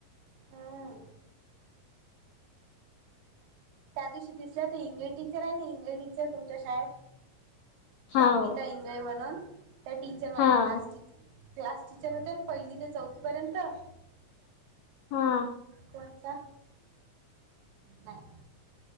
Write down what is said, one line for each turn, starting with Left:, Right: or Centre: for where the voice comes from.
Right: हम्म त्या दिवशी दिसल्या तर इंगले टीचर, आहे ना इंगले टीचर तुमच्या शाळेत.
Left: हाव
Right: संगीता इंगळे म्हणून, त्या टीचर माझ्या
Left: हाव
Right: क्लास टीचर. क्लास टीचर होते पहिली, ते चौथीपर्यंत तर.
Left: हा.
Right: कोणत नाही